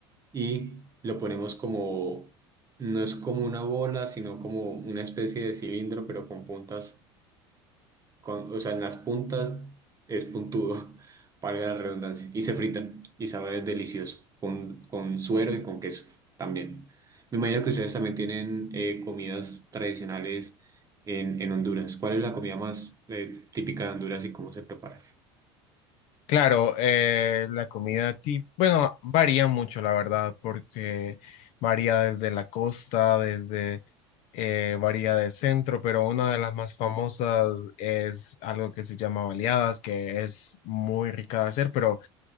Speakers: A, on the right; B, on the left.
A: y lo ponemos como, no es como una bola, sino como una especie de cilindro, pero con puntas con, o sea, en las puntas es puntudo, <laughs> valga la redundancia, y se fritan y sabe delicioso, con, con suero y con queso también. Me imagino que ustedes también tienen eh, comidas tradicionales en, en Honduras. ¿Cuál es la comida más eh, típica de Honduras y cómo se prepara?
B: Claro, eh, la comida típica, bueno, varía mucho, la verdad, porque varía desde la costa, desde, eh, varía del centro, pero una de las más famosas es algo que se llama baleadas, que es muy rica de hacer, pero